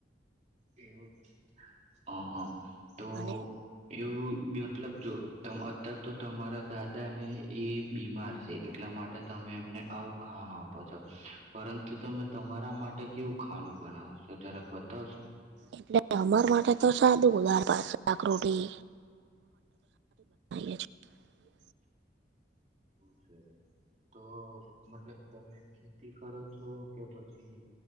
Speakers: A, on the right (about 40°); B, on the right (about 80°).
A: એવુ અહ હા. તો
B: અને
A: એવું મતલબ જો, અત્યારે તો તમારા દાદા ને એ બીમાર છે, એટલા માટે તમે એમને આવું ખાવાનું આપો છો. પરંતુ તમે તમારા માટે કેવું ખાવાનું બનાવશો, જરાક બતાવશો?
B: એટલે અમાર માટે તો સાદું ઉાર પાાકરોટી અ <unintelligible>
A: એવું છે, તો મતલબ તમે ખેતી કરો છો, કે પછી